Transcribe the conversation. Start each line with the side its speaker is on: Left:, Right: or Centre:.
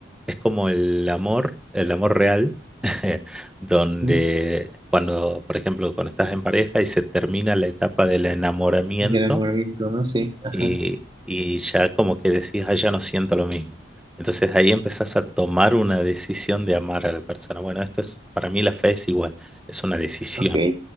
Centre: es como el amor, el amor real, <laughs> donde
Right: Mm.
Centre: cuando, por ejemplo, cuando estás en pareja y se termina la etapa del enamoramiento
Right: Del amor, no sí Ajá.
Centre: y, y ya como que decís, ah, ya no siento lo mismo. Entonces ahí empezás a tomar una decisión de amar a la persona. Bueno, esto es, para mí la fe es igual, es una decisión.
Right: Ok,